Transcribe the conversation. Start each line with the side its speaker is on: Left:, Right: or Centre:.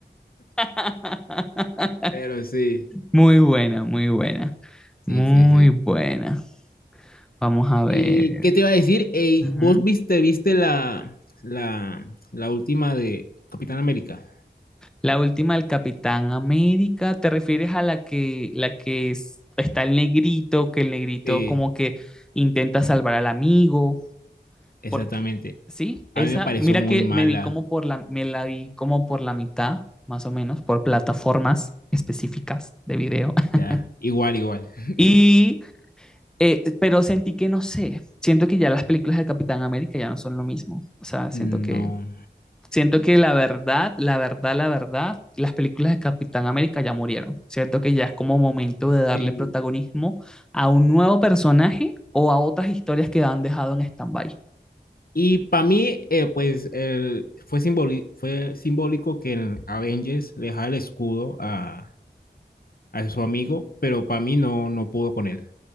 Centre: <laughs>
Left: Pero sí,
Centre: Muy buena, muy buena,
Left: sí,
Centre: muy
Left: sí, sí.
Centre: buena. Vamos a ver.
Left: ¿Y qué te iba a decir? Ey,
Centre: Ujú.
Left: ¿vos viste, viste la, la, la última de Capitán América?
Centre: La última del Capitán América, ¿te refieres a la que, la que es- está el negrito, que el negrito
Left: Sí,
Centre: como que intenta salvar al amigo?
Left: exactamente.
Centre: Porque, sí, esa,
Left: A mí me pareció
Centre: mira
Left: muy
Centre: que
Left: mala,
Centre: me vi como por la, me la vi como por la mitad, más o menos, por plataformas específicas de video. <laughs>
Left: ya. Igual, igual. <laughs>
Centre: Y, eh, pero sentí que no sé, siento que ya las películas de Capitán América ya no son lo mismo. O sea, siento
Left: No.
Centre: que Siento que la verdad, la verdad, la verdad, las películas de Capitán América ya murieron. Siento que ya es como momento de darle
Left: Sí.
Centre: protagonismo a un nuevo personaje o a otras historias que han dejado en stand-by.
Left: Y para mí, eh, pues, el- fue, simboli- fue simbólico que en Avengers le dejara el escudo a, a su amigo, pero para mí no, no pudo con él.